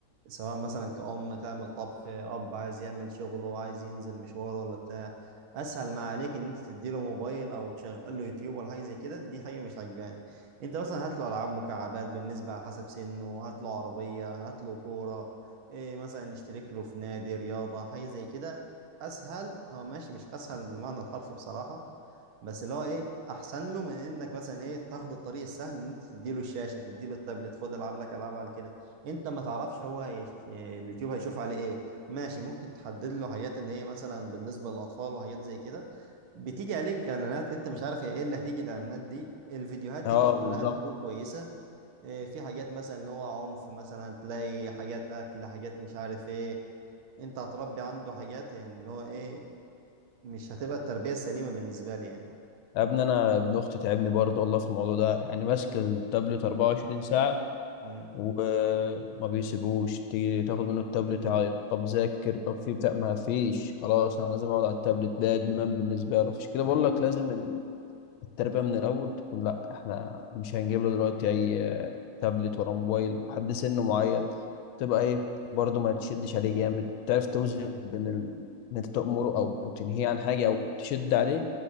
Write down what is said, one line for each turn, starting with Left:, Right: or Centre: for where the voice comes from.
Right: سواء مثلا كأم تعمل طبخ أب عايز يعمل شغله عايز ينزل مشوار ولا بتاع أسهل ما عليك إن أنت تديله موبايل أو تشغل له يوتيوب ولا حاجة زي كده دي حاجة مش عاجباني أنت مثلا هات له ألعاب مكعبات بالنسبة على حسب سنه هات له عربية هات له كورة إيه مثلا نشترك له في نادي رياضة حاجة زي كده أسهل هو ماشي مش أسهل بالمعنى الحرفي بصراحة بس اللي هو ايه احسن له من انك مثلا ايه تاخد الطريق السهل ان انت تديله الشاشه تديله التابلت خد العب لك العاب على كده انت ما تعرفش هو هي... إيه اليوتيوب هيشوف عليه ايه ماشي ممكن تحدد له حاجات اللي هي مثلا بالنسبه للاطفال وحاجات زي كده بتيجي عليك اعلانات انت مش عارف هي ايه اللي هتيجي الاعلانات دي الفيديوهات دي
Left: أه
Right: مش
Left: بالظبط
Right: كلها بتكون كويسه إيه في حاجات مثلا ان هو عنف مثلا تلاقي حاجات قتل حاجات مش عارف ايه انت هتربي عنده حاجات يعني اللي هو ايه مش هتبقى التربيه السليمه بالنسبه لي يعني
Left: يا ابني أنا ابن أختي تعبني برضو والله في الموضوع ده يعني ماسك التابلت 24 ساعة
Right: مم.
Left: وما بيسيبوش تيجي تاخد منه التابلت يعيط طب ذاكر طب في بتاع ما فيش خلاص انا لازم اقعد على التابلت ده ادمان بالنسبه له عشان كده
Right: ايوه
Left: بقول لك لازم التربية من الأول تكون لأ إحنا مش هنجيب له دلوقتي أي آه، تابلت ولا موبايل لحد سن معين تبقى إيه برضه ما تشدش عليه جامد تعرف توزن بين ال... إن أنت تأمره أو أو تنهيه عن حاجة أو تشد عليه